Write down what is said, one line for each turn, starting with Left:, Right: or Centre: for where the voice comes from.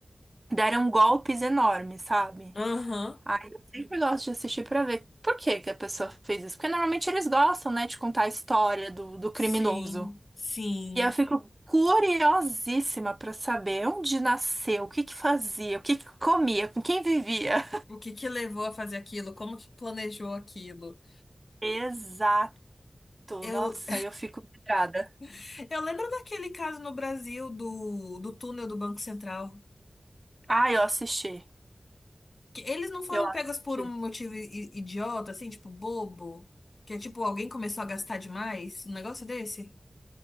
Right: deram golpes enormes, sabe?
Left: aham,
Right: Aí eu sempre gosto de assistir pra ver por que que a pessoa fez isso. Porque normalmente eles gostam, né, de contar a história do, do
Left: sim,
Right: criminoso.
Left: sim.
Right: E eu fico curiosíssima para saber onde nasceu, o que que fazia, o que que comia, com quem vivia.
Left: O que que levou a fazer aquilo? Como que planejou aquilo?
Right: Exato.
Left: Eu,
Right: Nossa, eu fico pirada
Left: <laughs> eu lembro daquele caso no Brasil do, do túnel do Banco Central.
Right: Ah, eu assisti.
Left: Que eles não foram
Right: Eu assisti.
Left: pegos por um motivo i- idiota, assim, tipo, bobo. Que é tipo, alguém começou a gastar demais? Um negócio desse?